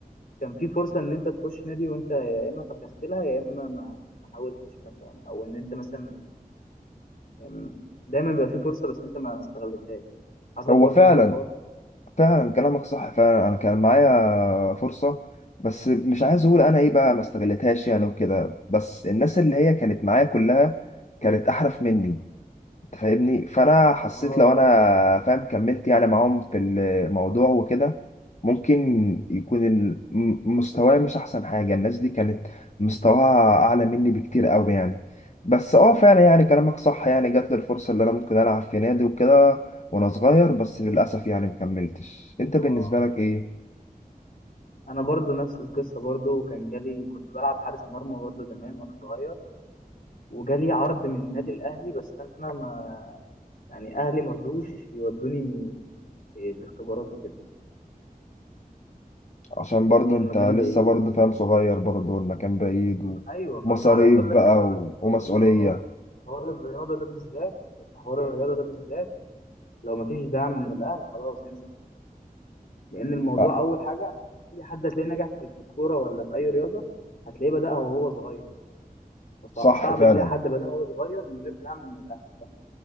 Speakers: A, on the left; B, on the left.
A: كان في فرصه ان انت تخش نادي وانت يا اما فكست لها يا اما ما ما حاولتش مثلا او ان انت مثلا يعني دايما بيبقى في فرصه بس انت ما استغلتهاش حصل
B: هو
A: برضو
B: فعلا
A: معاك الحوار ده
B: فعلا كلامك صح فعلا انا كان معايا فرصه بس مش عايز اقول انا ايه بقى ما استغلتهاش يعني وكده بس الناس اللي هي كانت معايا كلها كانت احرف مني فاهمني فانا حسيت
A: اه
B: لو انا فاهم كملت يعني معاهم في الموضوع وكده ممكن يكون ال- م- مستواي مش احسن حاجه الناس دي كانت مستواها اعلى مني بكتير قوي يعني بس اه فعلا يعني كلامك صح يعني جات لي الفرصه اللي انا ممكن العب في نادي وكده وانا صغير بس للاسف يعني مكملتش انت
A: اه
B: بالنسبه لك ايه
A: انا برضو نفس القصه برضو وكان جالي كنت بلعب حارس مرمى برضو زمان وانا صغير وجالي عرض من النادي الاهلي بس انا ما يعني اهلي مرضوش يودوني الاختبارات وكده
B: عشان برضو
A: عشان
B: انت
A: المكان
B: لسه
A: بعيد
B: برضو فاهم صغير برضو والمكان بعيد
A: ايوه ما
B: ومصاريف
A: ما انا عايز اقول
B: بقى
A: لك عايز اقول
B: و-
A: لك في
B: ومسؤوليه
A: حوار اه حوار الرياضه ده بالذات في حوار الرياضه ده بالذات لو مفيش دعم من الاهل خلاص انسى لان الموضوع
B: آه،
A: اول حاجه اي حد هتلاقيه نجح في في الكوره ولا في اي رياضه هتلاقيه بدأها وهو صغير فصعب
B: صح فعلا
A: تلاقي حد بدأ وهو صغير من غير دعم من الاهل فاهم